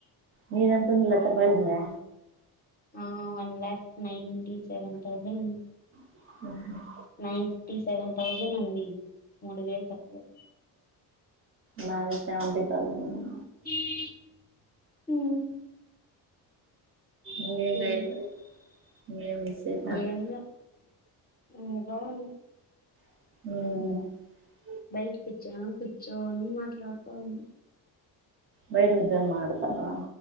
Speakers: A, on the right (about 30°); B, on the left (about 20°).
A: మీదెంతుంది లక్ష రూపాయలు ఉందా
B: ఆ one lakh ninety seven thousand
A: ఆహ
B: నైన్ ఫిఫ్టీ సెవెన్ థౌజండ్ ఉంది మూడు వేలు తక్కువ
A: నాది సెవంటీ థౌసండ్ ఉన్
B: ఉమ్ ఏమి
A: ఇంకేం గాయత్రి ఇంకేం విశేషాలు మ్మ్
B: బయట కుచ్చోన్ కుచ్చోని మాట్లాడతా ఉన్నా
A: బయట కుచ్చోని మాటడతాండావా